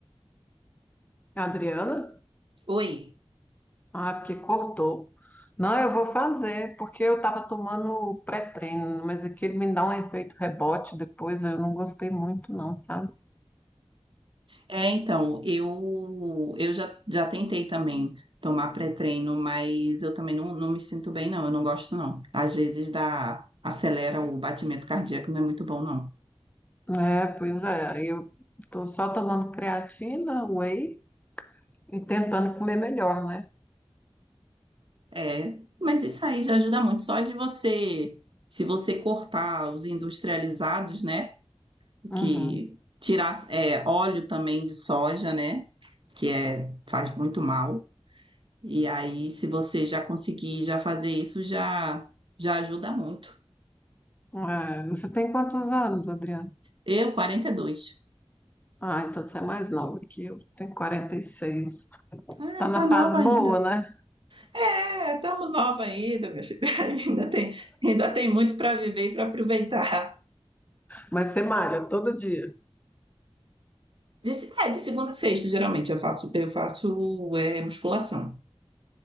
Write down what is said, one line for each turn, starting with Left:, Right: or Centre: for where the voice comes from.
Left: Adriana?
Right: Oi.
Left: Ah, porque cortou. Não, eu vou fazer, porque eu estava tomando pré-treino, mas aquele me dá um efeito rebote depois, eu não gostei muito, não, sabe?
Right: É, então, eu, eu já, já tentei também tomar pré-treino, mas eu também não, não me sinto bem, não. Eu não gosto, não. Às vezes dá, acelera o batimento cardíaco, não é muito bom, não.
Left: É, pois é. Eu tô só tomando creatina, whey e tentando comer melhor, né?
Right: É, mas isso aí já ajuda muito. Só de você, se você cortar os industrializados, né?
Left: Uhum.
Right: Que tirar, é, óleo também de soja, né? Que é, faz muito mal. E aí, se você já conseguir já fazer isso, já, já ajuda muito.
Left: É, você tem quantos anos, Adriana?
Right: Eu, 42.
Left: Ah, então você é mais nova que eu. Tenho 46.
Right: Ah,
Left: Tá na
Right: tá nova
Left: fase
Right: ainda.
Left: boa, né?
Right: É, estamos nova ainda, minha filha. <laughs> Ainda tem, ainda tem muito para viver e para aproveitar.
Left: Mas você malha todo dia.
Right: De, se- é, de segunda a sexta, geralmente eu faço, eu faço é, musculação.